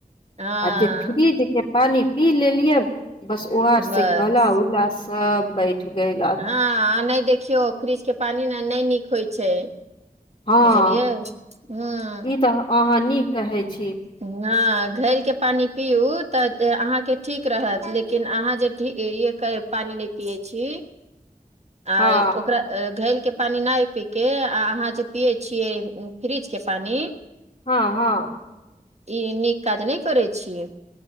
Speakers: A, on the right; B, on the left.
A: हँ
B: अच्छे फ्रिज के पानि पी लेलिये बस उहा से
A: बस
B: गला उला सभ बैठ गईल
A: हँ नहि देखियौ। फ्रिज के पानी ने नहि नीक होइ छै
B: हँ
A: बुझलियै ह
B: तऽ अहाँ नीक कहै छी
A: नय घैल के पानि पियू तऽ अहाँकेँ ठीक रहत लेकिन अहाँ जे पानि नहि पिए छी आ
B: हँ
A: ओकरा घैलके पानि नहि पी के आ अहाँ जे पियै छियै फ्रिज के पानि
B: हँ हँ
A: ई नीक काज नहि करै छीये